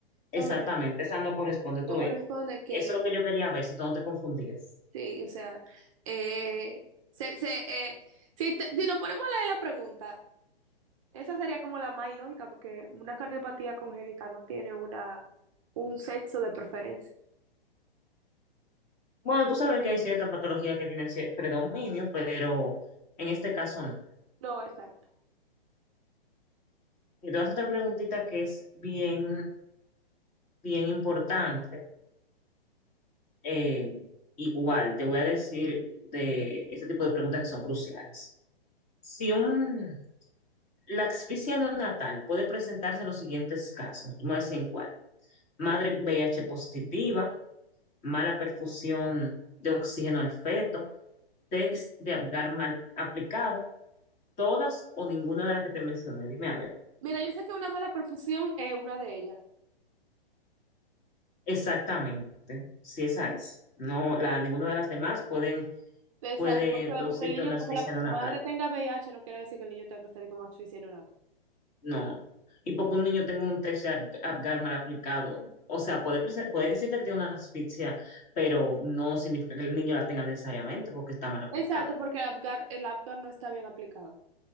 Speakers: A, on the right; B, on the left.
A: Entonces,
B: exactamente. Esa no corresponde, tú
A: no
B: ves.
A: corresponde que,
B: Eso es lo que yo quería ver, si tú no te confundías.
A: sí, o sea, eh, se, se, eh, si, te- si nos ponemos a leer la pregunta, esa sería como la más ilógica, porque una cardiopatía congénita no tiene una, un sexo de preferencia.
B: Bueno, tú sabes que hay ciertas patologías que tienen cier- predominio, pero en este caso no.
A: No, exacto.
B: Y te voy a hacer otra preguntita que es bien, bien importante. Eh, igual, te voy a decir de ese tipo de preguntas que son cruciales. Si un, La asfixia neonatal puede presentarse en los siguientes casos. Tú me decís en cuál. Madre V I H positiva, mala perfusión de oxígeno al feto, test de Apgar mal aplicado, todas o ninguna de las que te mencioné. Dime a ver
A: Mira, yo sé que una mala perfusión es una de ellas.
B: exactamente si esa es. No, la, ninguna de las demás pueden,
A: Exacto,
B: puede
A: porque,
B: producirte
A: porque el niño,
B: una asfixia
A: porque la
B: neonatal.
A: madre tenga VIH no quiere decir que el niño tenga que salir con asfixia neonatal.
B: No. Y porque un niño tenga un test de Ab- Apgar mal aplicado, o sea, puede, prese- puede decirte que tiene una asfixia, pero no significa que el niño la tenga necesariamente porque está mal aplicado.
A: Exacto, porque el Apgar, el Apgar no está bien aplicado.